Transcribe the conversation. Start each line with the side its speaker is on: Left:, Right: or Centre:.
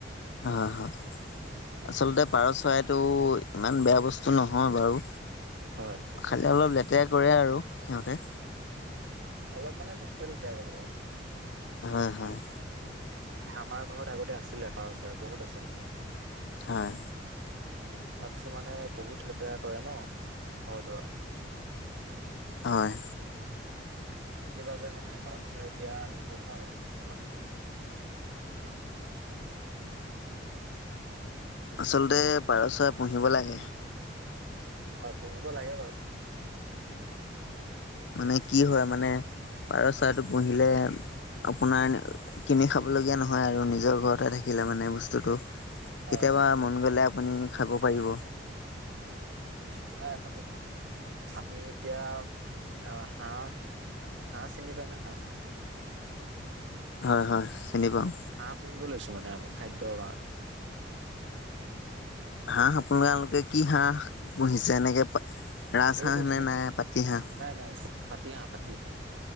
Left: হয়, হয়,
Right: অ
Left: আচলতে পাৰ চৰাইত টো ইমান বেয়া বস্তু নহয় বাৰু।
Right: হয়
Left: খালি অলপ লেতেৰা কৰে আৰু সিহঁতে।
Right: অলপ মানে বহুতে লেতেৰা কৰে ঘৰত।
Left: হয়, হয়।
Right: মানে আমাৰ ঘৰত আগতে আছিলে পাৰ' চৰাই বহুত আছিলে।
Left: হয়।
Right: তাৰপিছত মানে বহুত লেতেৰা কৰে ন ঘৰ দুৱাৰ।
Left: হয়।
Right: সেইবাবে মানে পৰা চৰাই এতিয়া নোপোহা হল আমাৰ।
Left: আচলতে পাৰ চৰাই পুহিব লাগে।
Right: হয় পুহিব লাগে বাৰু।
Left: মানে কি হয় মানে পাৰ চৰাটো পুহিলে আপোনাৰ কিনি খাবলগীয়া নহয় আৰু নিজৰ ঘৰতে থাকিলে মানে বস্তুটো,
Right: হয়
Left: কেতিয়াবা
Right: হয়
Left: মন গ'লে আপুনি খাব পাৰিব।
Right: নাই <unintelligible> আমি এতিয়া আ, হাঁহ-হাঁহ চিনি পাই না হাঁহ?
Left: হয় হয় চিনি পাওঁ।
Right: হাঁহ পুহিব লৈছোঁ মানে আমি খাদ্যৰ কাৰণে।
Left: হাঁহ আপোনালোকে কি হাঁহ পুহিছে? এনেকে ৰাজ
Right: এইটো
Left: হাঁহ নে
Right: চি
Left: নে পাতি হাঁহ?
Right: নাই নাই পাতিহাঁহ পাতিহাঁহ,